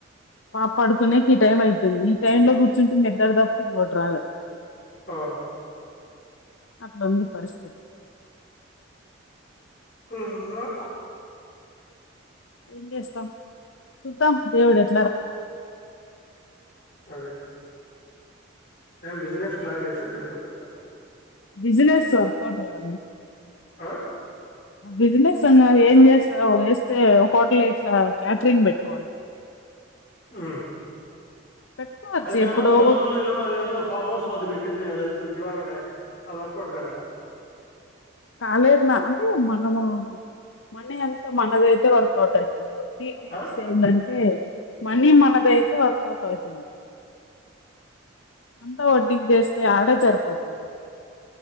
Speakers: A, on the left; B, on the left.
A: ఆ పడుకునేకి ఈ టైం అయితుంది. ఈ టైం లో కూర్చుంటే నిద్ద్ర తప్ప, ఇంగోటి రాదు.
B: ఆ
A: అట్లుంది పరిస్థితి.
B: ఎమ్మొ
A: ఏం చేస్తాం చూద్దాం దేవుడెట్
B: అదే, ఏం బిజినెస్ ప్లాన్ చేస్తే తిరుపతిక్
A: బిజినెస్ వర్కౌట్ గా అన్నా.
B: ఆ
A: బిజినెస్ అన్నాక ఏం చేస్తమ్, ఇస్తే హోటల్ ఎట్లా? క్యాటరింగ్ పెట్టుకోవాలింక.
B: ఉమ్
A: పెట్టుకోవచ్చు
B: అది కాకుండ
A: ఎప్పుడో
B: ఇంతకుముందు మీరు, అదేదో ఫార్మ్ హౌస్ మాదిరి పెట్టుంటిరి కదా ఎద్ జీవాల ఉన్నాయన్ని అవి వర్కౌట్ కాలేదా
A: కాలేదుమా అంటే మనము మండే అంత మనదైతే
B: ఆ
A: వర్కౌట్ అవుతది వడ్డీకి తెచ్చి
B: ఆ
A: ఏందంటే మనీ మనదైతే వర్కౌట్ అవుతుంది అంతా వడ్డీకి జెస్తే ఆడ సరిపోతుంది ఇంకా